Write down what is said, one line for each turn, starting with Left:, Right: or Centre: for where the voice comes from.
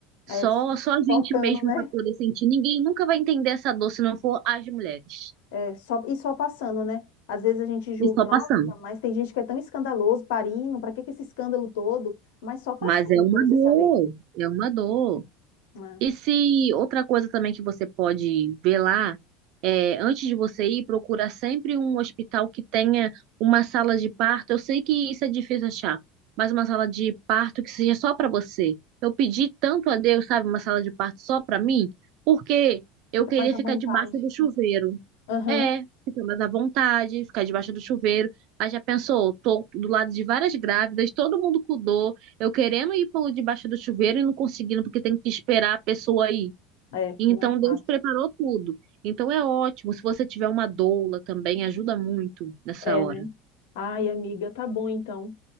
Right: só
Left: É,
Right: só a gente
Left: faltando,
Right: mesmo
Left: né?
Right: para poder sentir. Ninguém nunca vai entender essa dor se não for as mulheres.
Left: É, só, e só passando, né? Às vezes a gente julga,
Right: E só
Left: nossa,
Right: passando.
Left: mas tem gente que é tão escandaloso, parindo, para que que esse escândalo todo? Mas só passando,
Right: Mas é uma
Left: para você
Right: dor,
Left: saber.
Right: é uma dor.
Left: né?
Right: E se outra coisa também que você pode ver lá, é, antes de você ir, procura sempre um hospital que tenha uma sala de parto. Eu sei que isso é difícil achar, mas uma sala de parto que seja só para você. Eu pedi tanto a Deus, sabe, uma sala de parto só para mim, porque eu
Left: Fica
Right: queria
Left: mais à
Right: ficar
Left: vontade.
Right: debaixo do chuveiro.
Left: Aham,
Right: É, fica mais à vontade, ficar debaixo do chuveiro. Aí já pensou, tô do lado de várias grávidas, todo mundo com dor, eu querendo ir por debaixo do chuveiro e não conseguindo, porque tem que esperar a pessoa ir.
Left: É,
Right: Então
Left: não é fácil.
Right: Deus preparou tudo. Então é ótimo. Se você tiver uma doula também, ajuda muito nessa
Left: É,
Right: hora.
Left: né? Ai, amiga, tá bom então.